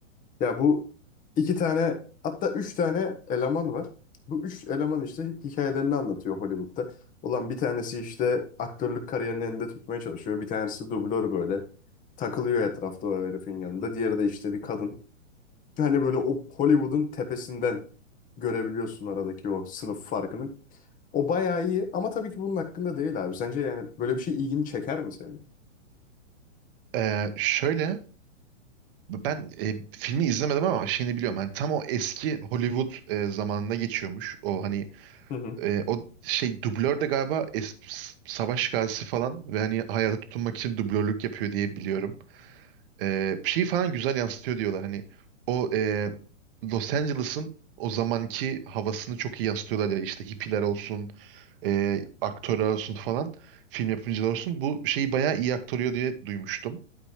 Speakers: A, on the left; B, on the right.
A: Ya bu iki tane hatta üç tane eleman var. Bu üç eleman işte hikayelerini anlatıyor Hollywood'da. Ulan bir tanesi işte aktörlük kariyerini elinde tutmaya çalışıyor. Bir tanesi dublör böyle takılıyor etrafta o herifin yanında. Diğeri de işte bir kadın. Hani böyle o Hollywood'un tepesinden görebiliyorsun aradaki o sınıf farkını. O bayağı iyi ama tabii ki bunun hakkında değil abi. Sence yani böyle bir şey ilgini çeker mi senin?
B: Ee, şöyle Ben e, filmi izlemedim ama şeyini biliyorum. Hani tam o eski Hollywood e, zamanında geçiyormuş. O hani
A: Hı hı
B: e, o şey dublör de galiba es- s- savaş gazisi falan ve hani hayata tutunmak için dublörlük yapıyor diye biliyorum. E, şeyi falan güzel yansıtıyor diyorlar. Hani o e, Los Angeles'ın o zamanki havasını çok iyi yansıtıyorlar ya işte hippiler olsun, e, aktörler olsun falan, film yapımcılar olsun. Bu şeyi bayağı iyi aktarıyor diye duymuştum.